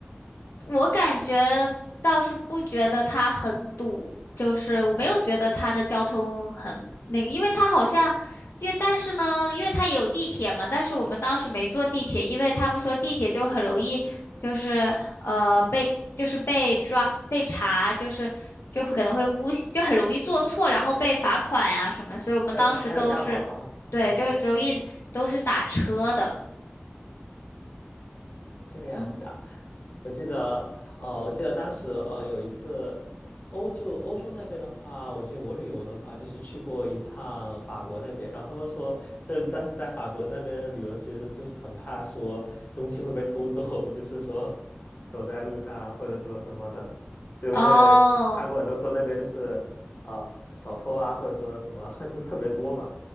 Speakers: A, on the left; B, on the left.
A: 我感觉倒是不觉得它很堵，就是我没有觉得它的交通很那个，
B: 啊是吗？
A: 因为它好像就但是呢，因为它也有地铁嘛，
B: 嗯，
A: 但是我们当时没坐地铁，因为他们说地铁就很容易就是呃被就是被抓被查，就是就会可能会诬就很容易做错，然后被罚款呀、什么的，所以我们当时都是对，
B: 还有哦还有这样吗？啊啊、哦
A: 就容易都是打车的，
B: 这个样子啊。
A: 嗯。
B: 我记得，呃，我记得当时，呃，有一次，欧就欧洲那边的话，我记得我旅游的话，就是去过一趟法国那边，然后他们说，就是在在法国那边旅游，其实就是很怕说东西会被偷走，<laughs> 就是说走在路上或者说什么的，就因为看过很多说那边就是呃小偷啊，
A: 哦，
B: 或者说什么 <laughs> 都特别多嘛，